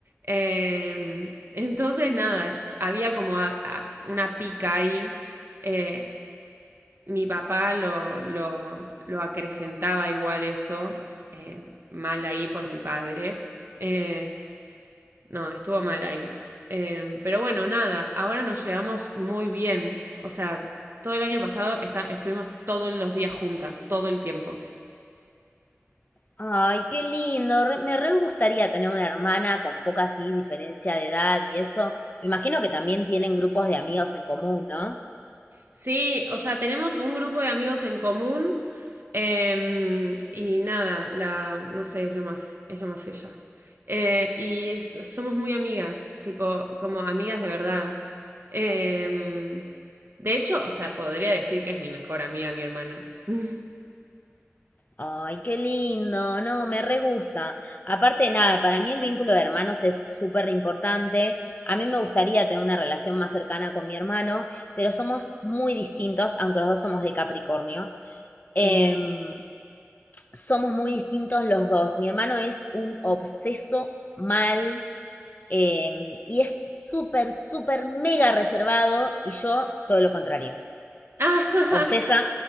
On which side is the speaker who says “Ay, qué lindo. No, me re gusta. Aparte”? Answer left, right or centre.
Left